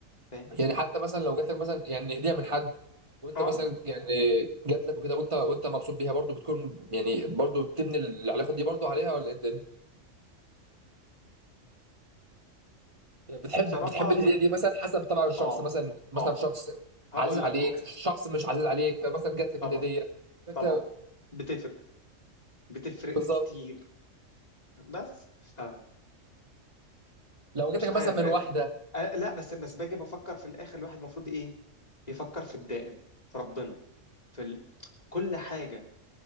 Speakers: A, on the left (about 30°); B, on the right (about 25°).
A: فاهم
B: يعني حتى مثلا لو جات لك مثلا يعني هديه من حد وانت
A: اه
B: مثلا يعني جات لك وكده وانت وانت مبسوط بيها برضو بتكون يعني برضو بتبني العلاقه دي برضو عليها ولا ايه الدنيا؟ يعني بتحب
A: بصراحه
B: بتحب الهديه دي مثلا حسب طبعا الشخص
A: اه
B: مثلا مثلا
A: اه
B: شخص
A: هقول
B: عزيز عليك
A: لك اه
B: شخص مش عزيز
A: طبعا
B: عليك فمثلا جات لك
A: طبعا
B: الهديه انت
A: طبعا بتفرق بتفرق
B: بالظبط
A: كتير بس ف
B: لو جات
A: مش
B: لك
A: عارف
B: مثلا من
A: فاهم
B: واحده
A: آه لا بس بس باجي بفكر في الاخر الواحد المفروض ايه يفكر في الدائم في ربنا في ال... كل حاجه